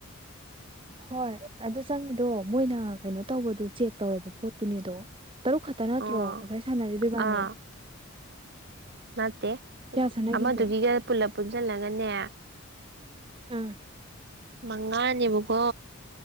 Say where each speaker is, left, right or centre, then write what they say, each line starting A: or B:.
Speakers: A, on the right; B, on the right.
A: ꯍꯣꯏ ꯑꯗꯨ ꯆꯪꯉꯤꯗꯣ ꯃꯣꯏꯅ ꯀꯩꯅꯣ ꯇꯧꯕꯗꯨ ꯆꯦꯛ ꯇꯧꯔꯕ ꯄꯣꯠꯇꯨꯅꯦꯗꯣ ꯇꯔꯨꯛ ꯈꯛꯇ ꯅꯠꯇ꯭ꯔꯣ
B: ꯑꯣ
A: ꯉꯁꯥꯏ ꯁꯥꯟꯅꯔꯤꯗꯣꯏꯕꯥꯅꯦ
B: ꯑꯥ ꯅꯠꯇꯦ
A: ꯁꯥꯟꯅꯈꯤꯒꯦ
B: ꯑꯃꯗꯨꯒꯤꯒ ꯄꯨꯂ ꯄꯨꯟꯁꯤꯜꯂꯒꯅꯦ
A: ꯑꯥ
B: ꯃꯉꯥꯅꯦꯕꯀꯣ